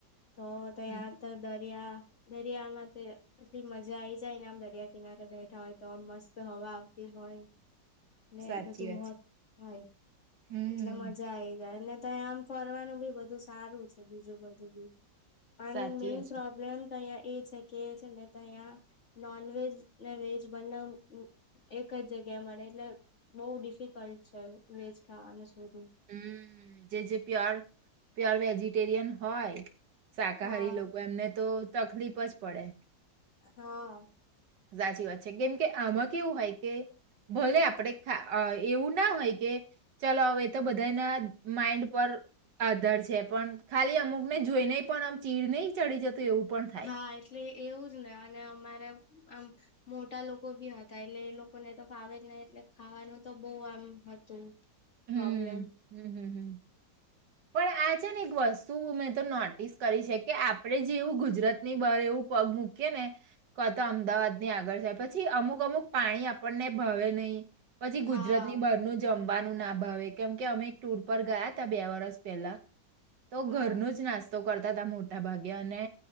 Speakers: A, on the left; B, on the right.
A: તો તો
B: હમ
A: તો દ દર્યા દર્યા મ- તે એટલી મજા આઈ જાય ને આમ દરિયા કિનારે બેઠા હોય તો આમ મસ્ત હવા આવતી હોય. ને
B: સાચી
A: બધું
B: વાત
A: હો
B: છે
A: હોય
B: હમ
A: એટલે મજા આવી જાય ને- ત આમ ફરવાનું બી બધું સારું છે બીજું બધું બી પણ
B: સાચી
A: મેઇન
B: વાત
A: પ્રોબ્લેમ
B: છે
A: અહીંયા એ છે કે છે ને તો અહીંયા નોન વેજ ને વેજ બને એક જ જગ્યા મળે એટલે બહુ ડિફિકલ્ટ છે વેજ ખાવાનું શોધવું
B: હમ, જેજેપી આ પ્યોર વેજીિટેરિયન હોય શાકાહારી
A: હા
B: લોકો એમને તો તકલીફ જ પડે
A: હા
B: સાચી વાત છે, કેમ કે આમાં કેવું હોય કે ભલે આપણે એવું ના હોય કે ચલો હવે બધાનાય માન્ડ પર આધાર છે પણ ખાલી અમુકને જોઈને પણ આમ ચીડ નહી ચડી જતો. એવું પણ થાય.
A: હા એટલે એવું જ ને અને અમારે આમ મોટા લોકો બી હતા એટલે એ લોકોને તો ફાવે જ નહી એટલે ખાવાનું તો બહુ આમ હતું.
B: હમ
A: પ્રોબ્લેમ
B: હમ હમ હમ પણ આ છે ને એક વર્સ શું મેં તો નોટિસ કરી છે કે આપણેે જેવું ગુજરાતની બહાર એવું પગ કે ને ક તો અમદાવાદ ની આગળ જાય પછી અમુક અમુક પાણી આપણને ભવે નહી. પછી
A: હા
B: ગુજરાતની બાર નું જમ. બનું ના ભાવ કેમ કે અમે એક ટુર પર ગયા ત બે વરસ પહેલા તો
A: હા
B: ઘરનું જ નાસ્તો તો કરતા હતા મોટા ભાગે અને